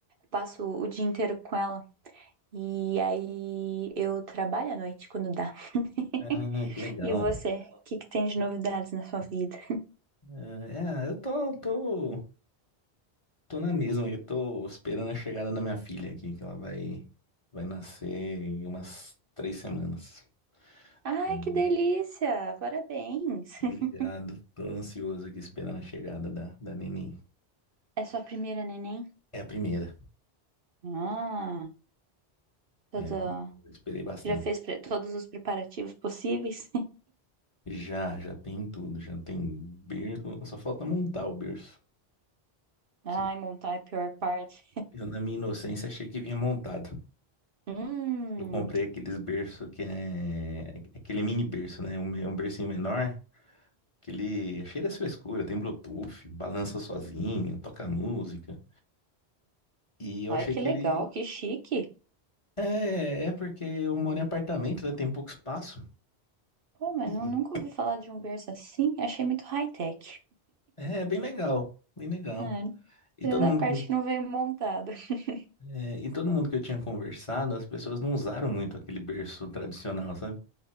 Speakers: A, on the right (about 60°); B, on the left (about 30°).
A: Passo o dia inteiro com ela e aí eu trabalho à noite quando dá. <laughs>
B: Ah, que legal.
A: E você? O que que tem de novidades na sua vida?
B: Ah, É, eu tô, tô, tô na mesma, que eu tô esperando a chegada da minha filha aqui, que ela vai, vai nascer em umas três semanas.
A: Ai,
B: Hum,
A: que delícia! Parabéns!
B: Obrigado.
A: <laughs>
B: Tô ansioso aqui esperando a chegada da, da neném.
A: É sua primeira neném?
B: É a primeira.
A: Ah, tudo.
B: É, a primeira. esperei bastante.
A: Já fez pre- todos os preparativos possíveis?
B: Já, já tem tudo, já tem berço. Só falta montar o berço.
A: <laughs> Ai,
B: que eu,
A: montar é a pior parte.
B: eu, na minha inocência, achei que vinha montado.
A: Hum,
B: Eu comprei aqueles berço que é... é Aquele mini berço, né? Um, me- um bercinho menor, que ele é cheio da sua escura, tem Bluetooth, balança sozinho, toca música. E eu
A: ai,
B: achei
A: que
B: que
A: legal,
B: ele...
A: que chique.
B: É, é é porque eu moro em apartamento, né? Tem pouco espaço.
A: Pô, mas
B: E-
A: nu- nunca ouvi falar de um berço assim. Achei muito high-tech.
B: É, é bem legal, bem legal.
A: Ah,
B: E
A: tirando
B: todo mundo,
A: a parte
B: com-
A: que não veio montada. <laughs>
B: é, e todo mundo que eu tinha conversado, as pessoas não usaram muito aquele berço tradicional, sabe?